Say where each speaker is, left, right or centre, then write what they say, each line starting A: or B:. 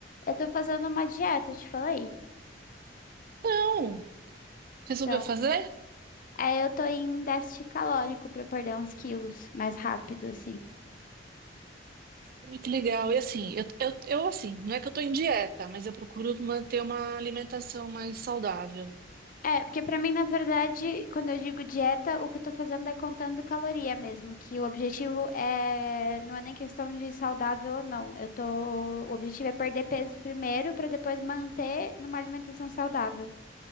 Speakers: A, on the left; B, on the right.
A: Eu tô fazendo uma dieta, te falei.
B: Não,
A: Então,
B: resolveu fazer?
A: aí eu tô em déficit calórico pra perder uns quilos mais rápido, assim.
B: Ui, Que legal. E assim, eu, eu, eu assim, não é que eu tô em dieta, mas eu procuro manter uma alimentação mais saudável.
A: É, porque pra mim, na verdade, quando eu digo dieta, o que eu tô fazendo é contando caloria mesmo, que o objetivo é, não é nem questão de saudável ou não. Eu tô, o objetivo é perder peso primeiro pra depois manter numa alimentação saudável.